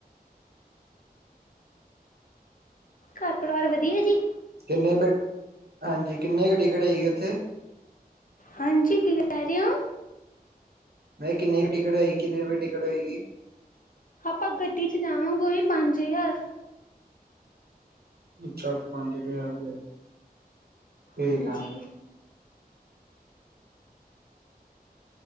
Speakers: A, on the left; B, on the right.
A: ਘਰ, ਪਰਿਵਾਰ ਵਧੀਆ ਜੀ
B: ਕਿੰਨੇ ਹਾਂਜੀ ਕਿੰਨੇ ਕੁ ਟਿਕਟ ਹੈਏਗੀ ਉੱਥੇ।
A: ਹਾਂਜੀ ਕੀ ਕਹਿ ਰਹੇ ਹੋ?
B: ਮੈਂ ਕਿਹਾ ਕਿੰਨੀ ਕੁ ਟਿਕਟ ਹੋਏਗੀ ਕਿਨੇ ਰੁਪਏ ਟਿਕਟ ਹੋਏਗੀ।
A: ਆਪਾਂ ਗੱਡੀ ਚ ਜਾਵਾਂਗੇੋ ੳਹੀ ਪੰਜ ਛੇਹ ਹਜ਼ਾਰ।
B: ਅੱਛਾ ਪੰਜ ਹਜ਼ਾਰ ਰੁਪਏ। ਠੀਕ
A: ਹਾਂਜੀ।
B: ਆ